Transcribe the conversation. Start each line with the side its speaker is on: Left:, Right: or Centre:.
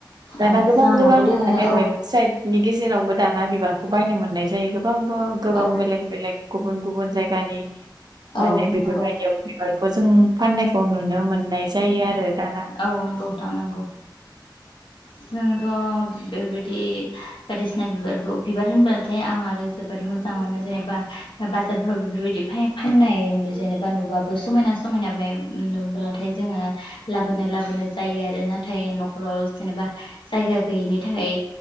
Right: दाना
Left: औ
Right: गोबां
Left: जाहानावबो
Right: गोबां
Left: दोङो
Right: माने
Left: औ
Right: वेबसाइटनि बेनि गेजेरावबो दाना बिबारखौ बायनो मोननाय जायो गोबांबो गोबां
Left: औ
Right: बेलेग बेलेग गुबुन गुबुन जायगानि माने
Left: औ
Right: बेफोरबायदियाव
Left: नंगौ
Right: बिबारखौ जों फाननाय खौ नुनो मोननाय जायो आरो दाना
Left: औ नंगौ नोंथां नंगौ जोंथ' बेफोरबायदि बायदिसिना बिबारखौ बिबार होनबाथाय आं आरो जोबोर मोजां मोनो जे बा बाजारफोराव बेफोरबायदि फानाय जेबा नुबो समायना समायना ओमफ्राय नुब्लाथाय जोङो लाबोनो लाबोनो जायो आरो नाथाय न'खराव जेनेबा जायगा गैयिनि थाखाय